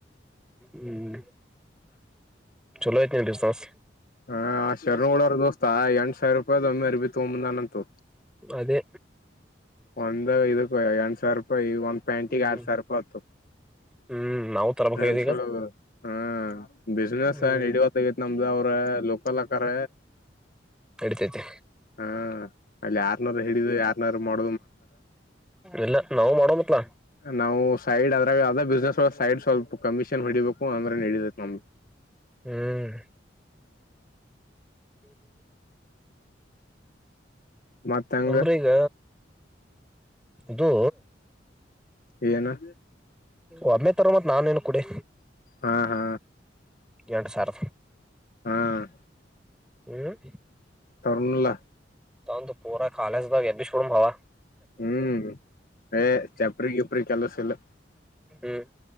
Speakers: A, in the centre; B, on the left (about 50°).
A: ಹ್ಮ್ ಚಲೋಯಐತನಡಿ ಸಾಸ್
B: ಹ ಆ ಶರಣಗಳವರು ದೋಸ್ತ ಎಂಟ್ ಸಾವಿರ ರೂಪಾಯ್ ಒಮ್ಮಿ ಅರ್ಬಿ ತಗೋ ಬಂದ ನಂತ
A: ಅದೇ
B: ಒಂದಾಗ ಇದ ಸಾವರ ರೂಪಾಯಿ ಒಂದ್ ಪ್ಯಾಂಟಿಗೆ
A: ಹ್ಮ್
B: ಎರಡು ಸಾವಿ ರಪಾಯಿ ಆತ್ತು
A: ಹ್ಮ್ ನಾವು ತರಬೇಕಾಗ್ಯದ
B: ಟ್ರೆಂಡ್ಸ್
A: ಈಗ
B: ಒಳಗ ಹಾ ಬಿಸ್ನೆೆಸ್
A: ಹ್ಮ್
B: ನಡಿವತ್ತ ಆಗತ್ ನಮ್ದ ಅವ್ರ ಲೋಕಲ್ ಆಕಾರ
A: ನಡಿತೈತಿ
B: ಹಾ ಅಲ್ಲಿ ಯಾರ್ನ್ರು ಹಿಡಿದು ಯಾರ್ನಾರ್ರು ಮಾಡ
A: ಎಲ್ಲ ನಾವು ಮಾಡೋ ಮತ್ಲ
B: ನಾವು ಸೈಡ್ ಆದ್ರಾಗ ಯಾವದ ಬಿಸ್ನೆಸ್ ಸೈಡ್ ಸ್ವಲ್ಪ ಕಮಿಷನ್ ಹೊಡಿಬೇಕು ಪ್ಪು ಅಂದ್ರೆ ನಡೈ ನಮ್ಗೆ
A: ಹ್ಮ್ <inaudible>
B: ಮತ್ ಹೆಂಗ
A: ಅಂದ್ರೆ ಈಗ ಇದೂ
B: ಏನು
A: ಒಮ್ಮೆ ತರ ಮತ್ ನಾನೇನು ಕುಡಿ
B: ಹಾ ಹಾ
A: ಎರಡು ಸಾರ
B: ಹ್ಮ್
A: ಹ್ಮ್
B: ತರಣುಲ
A: ತಂದುು ಪೋರ ಕಾಲ್ದ ಎಬಿ ಶೋಡಮ ಹಾವ
B: ಹ್ಮ್ ಏ ಚಪ್ರಿ ಇಪ್ರಿ ಕೆಲಸ ಇಲ್ಲ
A: ಹ್ಮ್